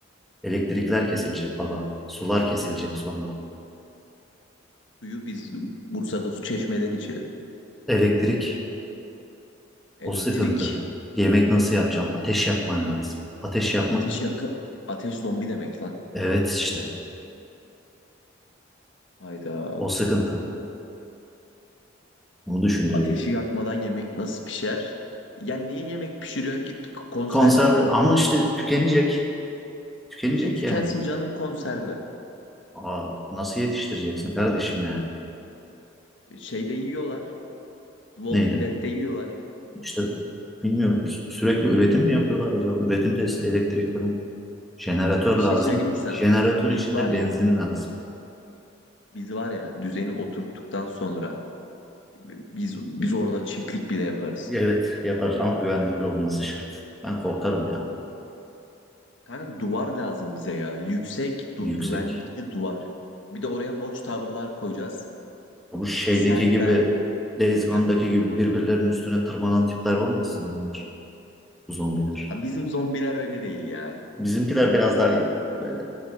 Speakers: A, in the centre; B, on the left.
A: Elektrikler kesilecek baba. Sular kesilecek sonra.
B: Suyu biz Bursa'da su çeşmeden içelim.
A: Elektrik
B: Elektrik
A: o sıkıntı. Yemek nasıl yapacaksın? Ateş yapman lazım. Ateş yapmak
B: ateş yaka ateş zombi demek lan.
A: evet işte
B: Hayda.
A: o sıkıntı. Onu düşündürüyor.
B: Ateşi yakmadan yemek nasıl pişer? Ya niye yemek pişiriyorsun ki K- konserve
A: Konserve
B: ye.
A: ama işte tükenecek. Tükenecek
B: Niye tükensin
A: yani.
B: canım konserve?
A: Aa, nasıl yetiştireceksin kardeşim yani?
B: E, Şeyde yiyorlar. The Walking
A: Neydi?
B: Dead'de yiyorlar.
A: İşte bilmiyorum. Sü- Sürekli üretim mi yapıyorlar acaba? Üretim tesisi, elektrik falan. Jeneratör
B: E, Bir
A: lazım.
B: şey söyleyeyim mi sana?
A: Jeneratör
B: Biz
A: için
B: var
A: de
B: ya,
A: benzin lazım.
B: biz var ya düzeni oturttuktan sonra e, biz biz orada çiftlik bile yaparız.
A: Evet yaparız ama güvenlikli olması şart. Ben korkarım ya.
B: Kanka duvar lazım bize ya. Yüksek, du
A: Yüksek.
B: güvenlikli duvar. Bir de oraya watchtower'lar koyacağız.
A: Bu şeydeki
B: Sen,
A: gibi
B: ben.
A: Days Gone'daki
B: Heh.
A: gibi birbirlerinin üstüne tırmanan tipler olmasın bunlar? Bu zombiler.
B: Ha, Bizim zombiler öyle değil ya.
A: Bizimkiler biraz daha iyi, böyle